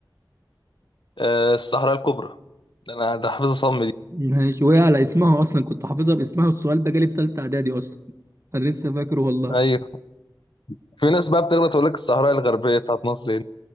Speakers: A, on the left; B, on the right.
A: آه، الصحراء الكبرى ده انا ده حافظ صم دي
B: ماشي وهي على اسمها اصلا كنت حافظها باسمها والسؤال ده جالي في تالتة اعدادي اصلا انا لسه فاكره والله
A: ايوه في ناس بقى بتغلط تقول لك الصحراء الغربيه بتاعت مصر هنا